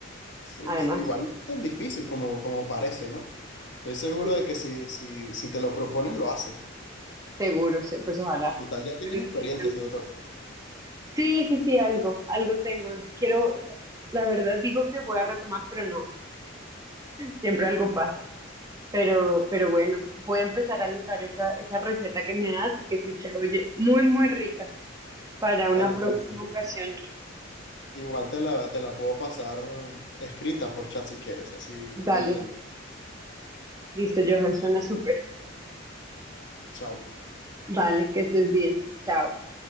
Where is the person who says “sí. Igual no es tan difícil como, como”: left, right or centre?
Left